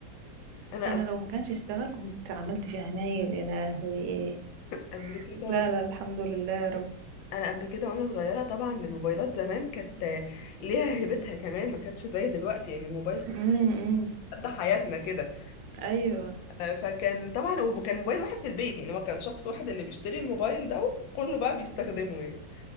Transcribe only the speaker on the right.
انا
لو ما كانش اشتغل كنت عملت فيه عمايل يا لهوي
لا لا الحمد لله يا رب
امم أمم.
ايوه